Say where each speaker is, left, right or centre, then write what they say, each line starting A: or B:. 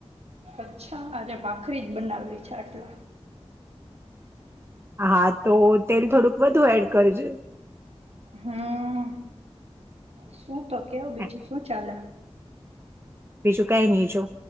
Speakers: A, on the right; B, on the right.
A: અચ્છા આજે ભાખરી જ બનાવવી છે આ <unintelligible>
B: હા તો તેલ થોડુંક વધુ એડ કરજે.
A: હમ શું તો કેવું બીજું
B: હા,
A: શું ચાલે.
B: બીજું કઈ નહી જો